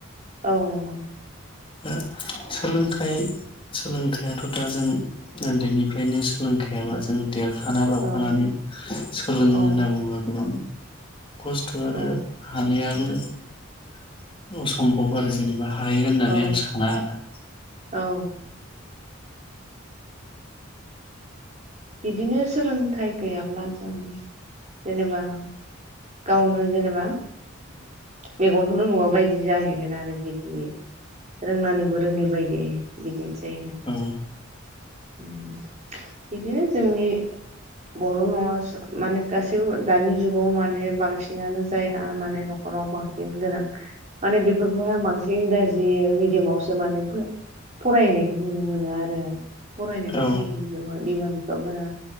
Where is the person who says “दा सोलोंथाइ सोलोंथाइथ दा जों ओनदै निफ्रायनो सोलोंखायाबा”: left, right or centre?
Left